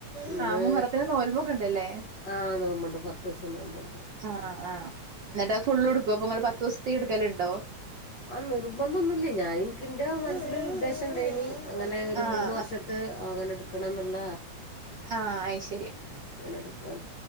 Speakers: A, on the left; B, on the right.
A: ഇന്ന്
B: ആഹ് മുഹറത്തിന് നോൽമ്പൊക്കെ ഉണ്ടല്ലേ
A: ആഹ് നോമ്പ്ണ്ട് പത്തൂസം നോമ്പ്ണ്ട്
B: ആഹ് ആഹ്
A: <inaudible>
B: എന്നിട്ട് അത് ഫുള്ള് എടുക്കുവോ അപ്പൊ നിങ്ങള് പത്ത് ദിവസത്തെ എടുക്കലുണ്ടോ
A: ആ നിർബന്ധൊന്നുല്ല ഞാൻ ഇൻക്കിന്റെ മനസ്സിലരു ഉദ്ദേശണ്ടായീനി അങ്ങനെ ഒരു
B: ആഹ്,
A: മൂന്ന് വർഷത്ത് അങ്ങനെ എടു കിണന്നുള്ള
B: ആ അയ്ശേ
A: അങ്ങന എടുക്കാ